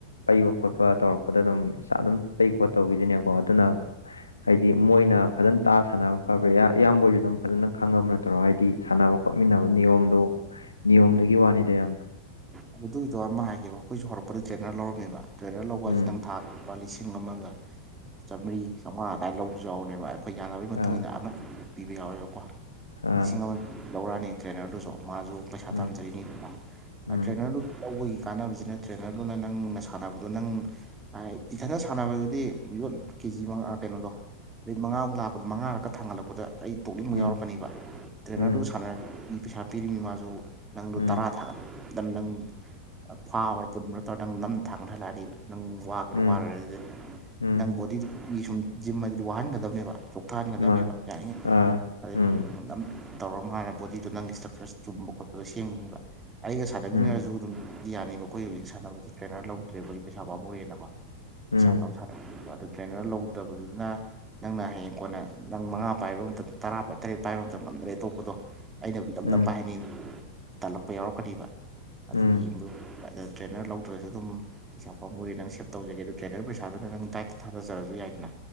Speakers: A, on the left; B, on the right.
A: ꯄꯩꯕ ꯈꯣꯠꯄ ꯇꯧꯔꯛꯄꯗ ꯑꯗꯨꯝ ꯏꯁꯥ ꯑꯗꯨꯝ ꯄꯩ ꯈꯣꯠꯇꯧꯕꯒꯤꯗꯤꯅꯦꯀꯣ ꯑꯗꯨꯅ ꯍꯥꯏꯗꯤ ꯃꯣꯏꯅ ꯐꯖꯅ ꯇꯥ ꯁꯥꯟꯅꯕ ꯐꯕ꯭ꯔꯥ ꯏꯌꯥꯝꯕꯁꯨ ꯑꯗꯨꯝ ꯐꯖꯅ ꯈꯪꯉꯕ ꯅꯠꯇꯔꯣ ꯍꯥꯏꯗꯤ ꯁꯥꯟꯅꯕ ꯈꯣꯠꯃꯤꯟꯅꯕ ꯅꯤꯌꯣꯝꯗꯣ ꯅꯤꯌꯣꯝꯗꯨꯒꯤ ꯋꯥꯅꯤꯗ ꯏꯌꯥꯝꯕ
B: ꯑꯗꯨꯗꯨꯒꯤꯗꯣ ꯑꯃ ꯍꯥꯏꯒꯦꯕ ꯑꯩꯈꯣꯏꯁꯨ ꯍꯧꯔꯛꯄꯗ ꯇ꯭ꯔꯦꯟꯅꯔ ꯂꯧꯔꯝꯃꯦꯕ ꯇ꯭ꯔꯦꯟꯅꯔ ꯂꯧꯕ
A: ꯎꯝ
B: ꯍꯥꯏꯁꯤ ꯅꯪ ꯊꯥꯗ ꯂꯨꯄꯥ ꯂꯤꯁꯤꯡ ꯑꯃꯒ ꯆꯥꯃꯔꯤ ꯆꯥꯝꯃꯉꯥ ꯑꯗꯨꯃꯥꯏꯅ ꯂꯧꯕꯁꯨ ꯌꯥꯎꯅꯦꯕ ꯑꯩꯈꯣꯏ ꯌꯥꯅꯕꯒꯤ ꯃꯇꯨꯡ
A: ꯑꯥ
B: ꯏꯟꯅ ꯑꯃ ꯄꯤꯕ ꯌꯥꯎꯋꯦꯕꯀꯣ
A: ꯑꯥ
B: ꯂꯤꯁꯤꯡ ꯑꯃ ꯂꯧꯔꯛꯑꯅꯤ ꯇ꯭ꯔꯦꯅꯔꯗꯨꯁꯨ ꯃꯥꯁꯨ ꯄꯩꯁꯥ
A: ꯎꯝ
B: ꯇꯥꯟꯖꯔꯤꯅꯤꯗꯅ
A: ꯎꯝ
B: ꯇ꯭ꯔꯦꯟꯅꯔꯗꯨ ꯂꯧꯕꯒꯤ ꯀꯥꯟꯅꯕꯁꯤꯅ ꯇ꯭ꯔꯦꯅꯔꯗꯨꯅ ꯅꯪꯅ ꯁꯥꯟꯅꯕꯗꯣ ꯅꯪ ꯀꯥꯏ ꯏꯊꯟꯗ ꯁꯥꯟꯅꯕꯗꯨꯗꯤ ꯌꯣꯠ ꯀꯦꯖꯤ ꯃꯉꯥ ꯀꯩꯅꯣꯗꯣ꯫ ꯔꯤꯛ ꯃꯉꯥꯃꯨꯛ ꯂꯥꯛꯄꯗ ꯃꯉꯥꯔꯛꯀ ꯊꯥꯡꯍꯜꯂꯛꯄꯗ ꯑꯩ ꯇꯣꯛꯅꯤꯡꯕ
A: ꯎꯝ
B: ꯌꯥꯎꯔꯛꯀꯅꯤꯕ ꯇ꯭ꯔꯦꯅꯔꯗꯨ
A: ꯎꯝ
B: ꯁꯥꯟꯅ ꯄꯩꯁꯥ ꯄꯤꯔꯤꯝꯅꯤ ꯃꯥꯁꯨ ꯅꯪꯗꯨ
A: ꯎꯝ
B: ꯇꯔꯥ ꯊꯥꯒꯠ ꯗꯟ ꯅꯪ ꯐꯥꯕ꯭ꯔꯥ ꯄꯨꯟꯕ꯭ꯔꯥ ꯇꯧꯔ ꯅꯪ ꯅꯝ ꯊꯥꯡꯒꯠꯍꯜꯂꯛꯑꯗꯤꯕ ꯅꯪ ꯋꯥ <unintelligible> ꯑꯗꯨꯗꯤ
A: ꯎꯝ ꯎꯝ
B: ꯅꯪ ꯕꯣꯗꯤꯗꯨꯒꯤ ꯁꯨꯝ ꯖꯤꯝ ꯑꯗꯨꯗꯤ ꯋꯥꯍꯟꯒꯗꯕꯅꯦꯕ꯫ ꯆꯣꯛꯊꯍꯟꯒꯗꯕꯅꯦꯕ
A: ꯃꯥ
B: ꯌꯥ <unintelligible>
A: ꯑꯥ ꯎꯝ
B: ꯇꯧꯔ ꯃꯥꯥꯟꯅ ꯕꯣꯗꯤꯗꯣ ꯅꯪꯒꯤ ꯏꯁ꯭ꯇ꯭ꯔꯛꯆꯔ ꯆꯨꯝꯕ ꯈꯣꯠꯄꯗꯣ <unintelligible> ꯑꯩꯒ ꯁꯥꯟꯅꯕꯤꯅꯔꯁꯨ
A: ꯎꯝ
B: ꯑꯗꯨꯝ꯫ ꯌꯥꯅꯤꯕ ꯑꯈꯣꯏ ꯍꯧꯖꯤꯛ ꯁꯥꯟꯅꯕꯒꯤ ꯇ꯭ꯔꯦꯅꯔ ꯂꯧꯗ꯭ꯔꯦ ꯑꯩꯈꯣꯏ ꯄꯩꯁꯥ ꯄꯥꯝꯃꯨꯔꯦꯅꯀꯣ꯫
A: ꯎꯝ
B: ꯏꯁꯥ ꯇꯣꯝ <unintelligible> ꯇ꯭ꯔꯦꯅꯔ ꯂꯧꯗꯕꯗꯨꯅ꯫ ꯅꯪꯅ ꯍꯌꯦꯡ ꯀꯣꯟꯅ ꯅꯪ ꯃꯉꯥ ꯄꯥꯏꯕ ꯃꯇꯝꯗ ꯇꯔꯥ ꯇꯔꯦꯠ ꯄꯥꯏꯕ ꯃꯇꯝꯗ ꯉꯝꯗ꯭ꯔꯦ ꯇꯣꯛꯄꯗꯣ ꯑꯩꯅꯕꯨꯗꯤ ꯅꯝꯗꯝ
A: ꯎꯝ
B: ꯄꯥꯏꯍꯟꯅꯤ ꯇꯥꯜꯂꯛꯄ ꯌꯥꯎꯔꯛꯀꯅꯤꯕ
A: ꯎꯝ
B: ꯑꯗꯨꯒꯤ ꯌꯦꯡꯕ ꯇꯔ꯭ꯦꯅꯔ ꯂꯧꯗ꯭ꯔꯁꯨ ꯗꯨꯝ ꯄꯩꯁꯥ ꯄꯥꯃꯨꯔꯦ ꯅꯪ ꯁꯦꯞ ꯇꯧꯖꯒꯦ ꯑꯗꯨ ꯇ꯭ꯔꯦꯅꯔ ꯄꯩꯁꯥꯗꯨꯅ ꯅꯪ ꯗꯥꯥꯏꯠ ꯊꯥꯗꯖꯔꯁꯨ ꯌꯥꯏꯗꯅ꯫